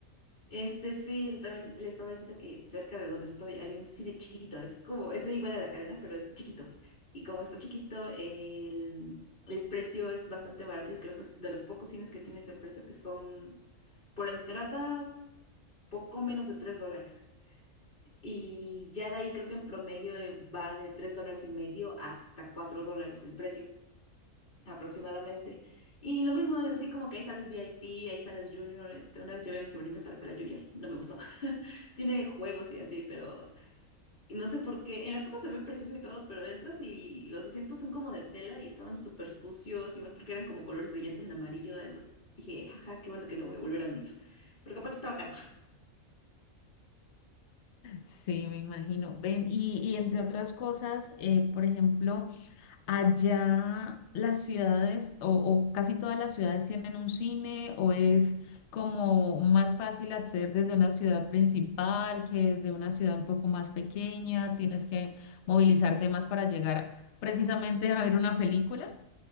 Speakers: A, on the left; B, on the left.
A: Este sí, también le estaba diciendo que cerca de donde estoy hay un cine chiquitito, es como, es de igual a la cadena, pero es chiquito. Y como está chiquito, el, el precio es bastante barato y creo que es de los pocos cines que tiene ese precio, que son por entrada poco menos de 3 dólares. Y ya de ahí creo que en promedio eh, va de 3 dólares y medio hasta 4 dólares el precio aproximadamente. Y lo mismo, así como que hay salas VIP, hay salas Junior. Este, una vez llevé a mis sobrinitas a la sala Junior, no me gustó. Tiene juegos y así, pero no sé por qué. En las fotos se ve precioso y todo, pero entras y los asientos son como de tela y estaban súper sucios y más porque eran como colores brillantes en amarillo. Entonces dije, jaja, qué bueno que no voy a volver a venir. Porque aparte estaba caro.
B: Sí, me imagino. Ven, y, y entre otras cosas, eh, por ejemplo, allá las ciudades o, o casi todas las ciudades tienen un cine o es como más fácil acceder desde una ciudad principal que desde una ciudad un poco más pequeña, tienes que movilizarte más para llegar precisamente a ver una película.